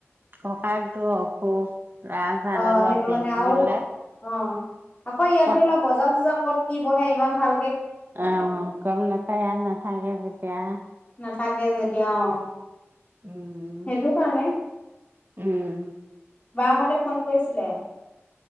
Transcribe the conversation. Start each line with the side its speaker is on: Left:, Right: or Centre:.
Right: ককাঁলতো অসুখ ৰাজ হাড়
Left: অ
Right: ডালৰ
Left: সেইটো
Right: বিষ
Left: কাৰণে আৰু
Right: বোলে
Left: অ
Right: <inaudible>
Left: আকৌ ইয়াত ধৰি
Right: অহ
Left: লোৱা বজাৰ চজাৰ ক'ত কি বহে? ইমান ভাল
Right: অ', গম নাপায় ইয়াত নাথাকে যেতিয়া
Left: নাথাকে যেতিয়া অ'।
Right: উম।
Left: সেইটো কাৰণে
Right: উম,
Left: বাহঁতে ফোন কৰিছিলে